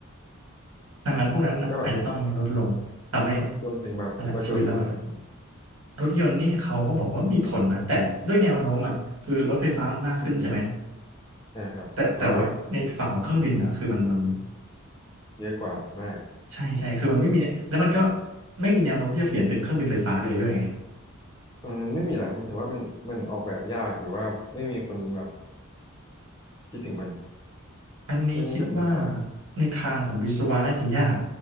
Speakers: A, on the right (about 65°); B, on the left (about 20°).
A: ดังนั้นพวกนั้นน่ะอาจจะต้องลดลงทำให้
B: อืมก็แบบรวมถึงแบบรถยนต์ด้วยไหม
A: นั่นแหละชีวิตเราอาจจะรถยนต์นี่เขาก็บอกว่ามีผลนะแต่ด้วยแนวโน้มอ่ะคือรถไฟฟ้ามันมากขึ้นใช่ไหม
B: อืมอืมอ่าครับอ๋อ
A: แต่แต่ว่าในฝั่งของเครื่องบินอ่ะคือมันมัน
B: เยอะกว่ามาก
A: ใช่ใช่คือมันไม่มีเนี่ยแล้วมันก็ไม่มีแนวโน้มที่จะเปลี่ยนเป็นเครื่องบินไฟฟ้าเลยด้วยไง
B: เออมันไม่มีละมันถือว่ามันมันออกแบบยากหรือว่าไม่มีคนแบบคิดถึงมัน
A: อันนี้คิดว่า
B: เรื่องเครื่องบินไฟฟ้า
A: ในทางของวิศวะน่าจะยาก